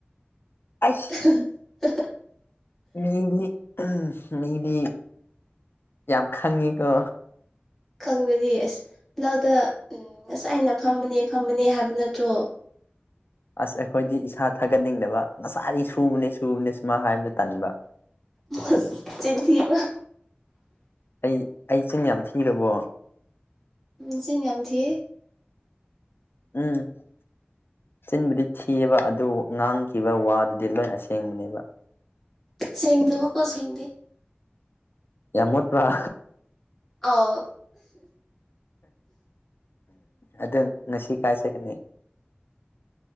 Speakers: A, in the centre; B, on the left.
A: <inaudible>
B: ꯑꯩꯁ ꯃꯤꯗꯤ ꯃꯤꯗꯤ ꯌꯥꯝ ꯈꯪꯉꯤꯀꯣ
A: ꯈꯪꯗ꯭ꯔꯗꯤ ꯑꯁ ꯂꯧꯗ ꯎꯝ ꯉꯁꯥꯏꯅ ꯐꯝꯕꯅꯦ ꯐꯝꯕꯅꯦ ꯍꯥꯏꯕ ꯅꯠꯇ꯭ꯔꯣ
B: ꯑꯁ ꯑꯩꯈꯣꯏꯗꯤ ꯏꯁꯥ ꯊꯥꯒꯠꯅꯤꯡꯗꯕ ꯉꯁꯥꯏꯗꯒꯤ ꯁꯨꯕꯅꯦ ꯁꯨꯕꯅꯦ ꯁꯨꯃꯥꯏ ꯍꯥꯏꯕꯗꯣ ꯇꯟꯕ
A: ꯑꯁ ꯆꯤꯟ ꯊꯤꯕ
B: ꯑꯩ ꯑꯩ ꯆꯤꯟ ꯌꯥꯝ ꯊꯤꯔꯕꯣ
A: ꯎꯝ ꯅꯆꯤꯟ ꯌꯥꯝꯊꯤ
B: ꯎꯝ ꯆꯤꯟꯕꯨꯗꯤ ꯊꯤꯑꯦꯕ ꯑꯗꯨ ꯉꯥꯡꯈꯤꯕ ꯋꯥꯗꯨꯗꯤ ꯂꯣꯏ ꯑꯁꯦꯡꯕꯅꯦꯕ
A: ꯁꯦꯡꯗꯕꯀꯣ ꯁꯦꯡꯗꯦ
B: ꯌꯥꯝ ꯃꯣꯠꯄꯔꯥ
A: ꯑꯥꯎ
B: ꯑꯗꯣ ꯉꯁꯤ ꯀꯥꯏ ꯆꯠꯀꯅꯤ